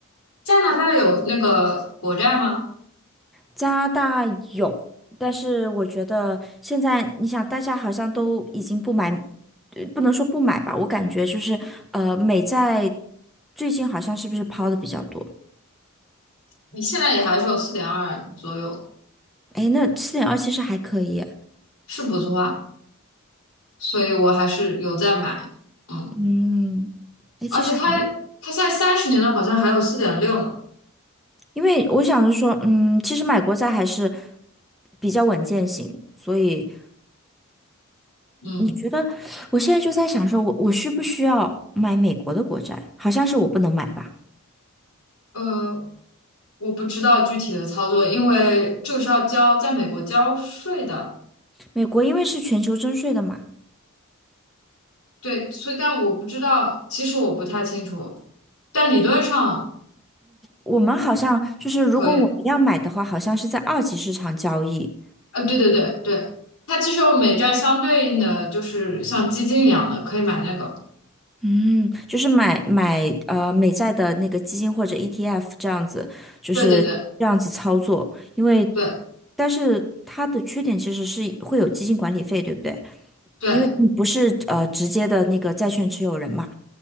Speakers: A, on the left (about 90°); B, in the centre.
A: 加拿大有那个国债吗？
B: 加拿大有，但是我觉得现在你想，大家好像都已经不买，呃不能说不买吧，我感觉就是呃，美债最近好像是不是抛的比较多？
A: 你现在也还是有四点二左右，
B: 哎，那七点二其实还可以，
A: 是不错啊，所以我还是有在买。嗯。
B: 嗯，哎，
A: 而且它它现在三十年了，
B: 其实还，
A: 好像还有四点六呢。
B: 因为我想着说，嗯，其实买国债还是比较稳健型，所以
A: 嗯，
B: 你觉得，我现在就在想说，我我需不需要买美国的国债？好像是我不能买吧？
A: 呃，我不知道具体的操作，因为这个是要交在美国交税的。
B: 美国因为是全球征税的嘛，
A: 对，所以但我不知道，其实我不太清楚，但理论上
B: 我们好像就是如果我们要买的话，
A: 可以的。
B: 好像是在二级市场交易，
A: 呃，对对对对，它其实有美债相对应的，就是像基金一样的，可以买那个。
B: 嗯，就是买买呃美债的那个基金或者 ETF 这样子，就是这样子操作。
A: 对对对
B: 因为，
A: 对
B: 但是它的缺点其实是会有基金管理费，对不对？
A: 对
B: 因为你不是呃直接的那个债券持有人嘛。